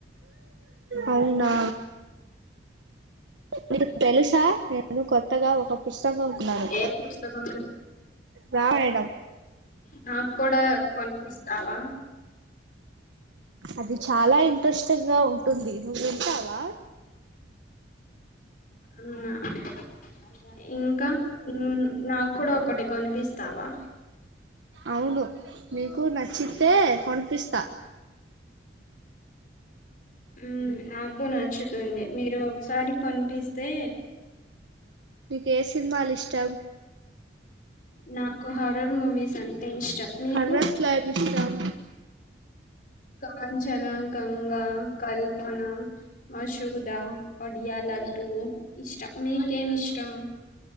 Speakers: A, on the right; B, on the left.
A: అవునా మీకూ తెల్సా నేను కొత్తగా ఒక పుస్తకంకున్నాను
B: ఏం పుస్తకం
A: రామాయణం
B: నాక్కూడా కొనిపిస్తావా
A: అది చాలా ఇంట్రెస్టింగ్ గా ఉంటుంది నువ్వు వింటావా
B: ఆ ఇంకా నా నాక్కూడా ఒకటి కొనిపిస్తావా
A: అవును మీకు నచ్చితే కొనిపిస్తా
B: మ్మ్ నాకు నచ్చుతుంది మీరొకసారి కొనిపిస్తే
A: మీకు ఏ సినిమాలు ఇష్టం
B: నాకు హారర్ మూవీస్ అంటే ఇష్టం మీకు
A: హారర్స్ లో ఏం ఇష్టం
B: కాంచనా, గంగా, కల్ప ప్నా మశుదా, ఒడియాల ట్టు ఇష్టం మీకేమిష్టం